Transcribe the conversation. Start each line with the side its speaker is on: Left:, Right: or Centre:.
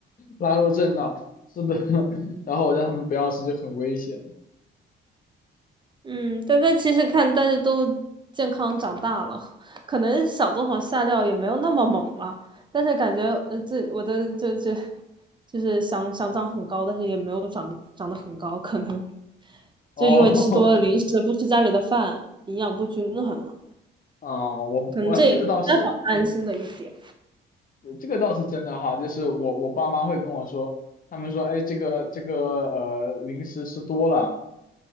Left: 拉入正道，是的，<laughs> 然后我让他们不要吃就很危险。
Right: 嗯，但但其实看大家都健康长大了，<laughs> 可能小作坊下料也没有那么猛吧，但是感觉呃，这我的就就就是想想长很高，但是也没有长长得很高，可能
Left: 哦，
Right: 就因为吃多了零食，不吃家里的饭，营养不均衡了，
Left: <laughs> 啊、我我哎这个倒是
Right: 可能这也是家长担心的一点。
Left: 这个倒是真的哈，就是我我爸妈会跟我说，他们说哎这个这个呃零食吃多了